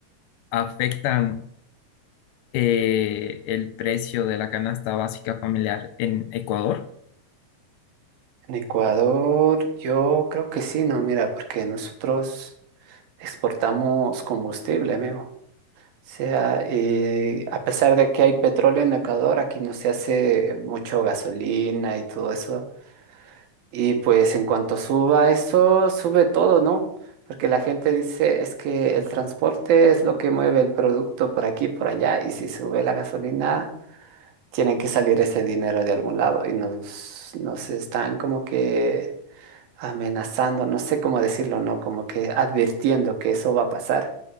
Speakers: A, on the left; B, on the right.
A: afectan eh, el precio de la canasta básica familiar en Ecuador?
B: En Ecuador, yo creo que sí, no, mira, porque nosotros exportamos combustible, amigo. O sea, eh, a pesar de que hay petróleo en Ecuador, aquí no se hace mucho gasolina y todo eso. Y pues en cuanto suba eso, sube todo, ¿no? Porque la gente dice, es que el transporte es lo que mueve el producto por aquí, por allá, y si sube la gasolina, tienen que salir ese dinero de algún lado y nos, nos están como que amenazando, no sé cómo decirlo, ¿no? Como que advirtiendo que eso va a pasar.